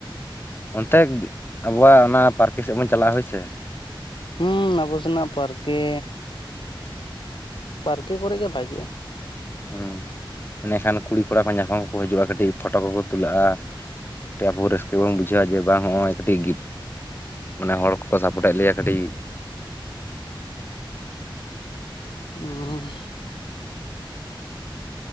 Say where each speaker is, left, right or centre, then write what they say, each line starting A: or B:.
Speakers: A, on the left (about 25°); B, on the left (about 65°).
A: ᱚᱱᱛᱮ ᱟᱵᱚᱣᱟᱜ ᱚᱱᱟ ᱯᱟᱨᱠᱮ ᱥᱮᱫ ᱵᱚᱱ ᱪᱟᱞᱟᱜᱼᱟ ᱦᱳᱭ ᱥᱮ᱾
B: ᱦᱩᱸ ᱟᱵᱚ ᱥᱮᱱᱟᱜ ᱯᱟᱨᱠᱮ ᱯᱟᱨᱠᱮ ᱠᱚᱨᱮ ᱜᱮ ᱵᱷᱟᱜᱮᱜᱼᱟ᱾
A: ᱦᱮᱸ ᱮᱸᱰᱮᱠᱷᱟᱱ ᱠᱩᱲᱤ ᱠᱚᱲᱟ ᱠᱚ ᱧᱟᱯᱟᱢ ᱠᱚᱠᱚ ᱦᱤᱡᱩᱜᱼᱟ ᱠᱟᱹᱴᱤᱡ ᱯᱷᱳᱴᱳ ᱠᱚᱠᱚ ᱛᱩᱞᱟᱹᱜᱼᱟ᱾ ᱟᱵᱚ ᱨᱟᱹᱥᱠᱟᱹᱵᱚᱱ ᱵᱩᱡᱷᱟᱹᱣᱟ ᱡᱮ ᱵᱟᱝ ᱱᱚᱜᱼᱭ ᱠᱟᱹᱴᱤᱡ ᱢᱟᱱᱮ ᱦᱚᱲ ᱠᱚᱠᱚ ᱥᱟᱯᱚᱴᱮᱫ ᱞᱮᱭᱟ ᱠᱟᱹᱴᱤᱡ᱾
B: ᱦᱩ᱾